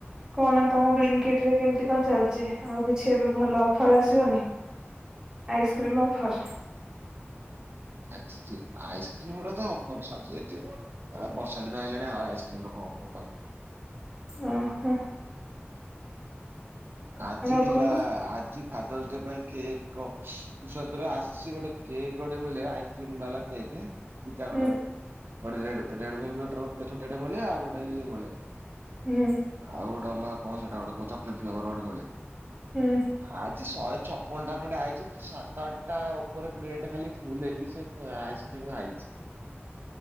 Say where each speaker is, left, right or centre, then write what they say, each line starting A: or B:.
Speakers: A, on the right; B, on the right.
A: କଣ ତମର ବ୍ଲିଙ୍କିଟ୍ ରେ କେମତି କଣ ଚାଲିଚ ଆଉ କିଛି ଏବେ ଭଲ ଅଫର ଆସିବନି। Ice cream offer.
B: ଆସିଛି ଆଇସ୍କ୍ରିମ ର ତ ଅଫର ସରି ଯାଇଛି ବର୍ଷା ଦିନ ହେଲାଣି ଆଉ ଆଇସ୍କ୍ରିମ ର କଣ ଅଫର ଥିବ।
A: ଓ ହୋ।
B: ଆଜି ଥିଲା
A: ଗୋଟେ କହିଲ
B: ଆଜି ଫାଦର୍ସ ଡେ ପାଇଁ କେକ୍ ଅଛି ବିଶ୍ୱାସ କର ଆସି ଗୋଟେ କେକ୍ ଗୋଟେ ମିଳେ ଆଇସ୍କ୍ରିମ୍ ବାଲା କେକ୍। ଇକେ ଦିଟା
A: ହୁଁ
B: ଖଣ୍ଡେ ରେଟ୍ ରେଟ୍ ଫେଟ ଗୋଟେ ଛୋଟିଆ ଟେ ମିଳେ ଆଉ ଗୋଟେ ଇଏ ମିଳେ।
A: ହୁଁ।
B: ଆଉ ଗୋଟେ ଅଲଗା କଣ ସେଇଟା ଗୋଟେ ଚକୋଲେଟ୍ ଫେଭର୍ ମିଳେ।
A: ହୁଁ
B: ଆଜି ଶହେ ଛପନ ଟା ଖଣ୍ଡେ ଆଇଛି ସାତ ଆଠଟା ଉପରେ କ୍ରେଟ୍ ଖାଲି ଫୁଲ ହେଇକି ସେ ଆଇସ୍କ୍ରିମ ଆଇଛି।